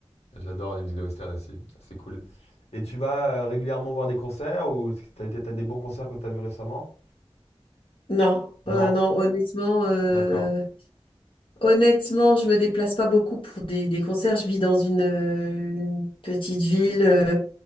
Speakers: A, on the left; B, on the left.
A: J'adore les musiques de western aussi, c'est cool. Et tu vas, heu, régulièrement voir des concerts ou t'as as des bons concerts que t'as as vus récemment?
B: Non,
A: Non?
B: euh, non, honnêtement, euh,
A: D'accord,
B: honnêtement, je me déplace pas beaucoup pour des, des concerts. Je vis dans une, euh, une petite ville. euh,